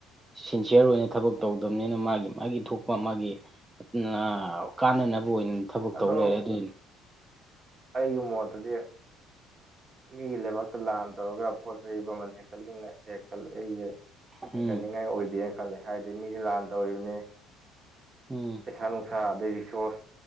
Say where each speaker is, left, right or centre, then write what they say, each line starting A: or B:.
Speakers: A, on the right; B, on the right.
A: ꯁꯤꯟꯁꯤꯌꯔ ꯑꯣꯏꯅ ꯊꯕꯛ ꯇꯧꯗꯝꯅꯤꯅ ꯃꯥꯒꯤ ꯃꯥꯒꯤ ꯊꯣꯛꯄ ꯃꯥꯒꯤ ꯎꯝ ꯅ ꯀꯥꯟꯅꯅꯕ ꯑꯣꯏꯅ ꯊꯕꯛꯛ
B: ꯑꯗꯣ
A: ꯇꯧ ꯂꯩꯔꯦ ꯑꯗꯨꯏꯅꯤ
B: ꯑꯩꯒꯤ ꯃꯣꯠꯇꯗꯤ ꯃꯤꯒꯤ ꯂꯩꯕꯥꯛꯇ ꯂꯥꯟ ꯇꯧꯔꯒ ꯄꯣꯠ ꯆꯩ ꯃꯃꯜ ꯍꯦꯟꯀꯠꯂꯤꯉꯩ ꯍꯦꯛꯇꯜ ꯑꯩꯖꯦ
A: ꯎꯝ
B: ꯍꯦꯟꯀꯠꯅꯤꯡꯉꯥꯏ ꯑꯣꯏꯗꯦꯅ ꯈꯜꯂꯦ ꯍꯥꯏꯗꯤ ꯃꯤꯒꯤ ꯂꯥꯟ ꯇꯧꯔꯤꯕꯅꯤ
A: ꯎꯝ
B: ꯄꯩꯁꯥ ꯅꯨꯡꯁꯥ ꯑꯗꯩ ꯔꯤꯁꯣꯔꯁ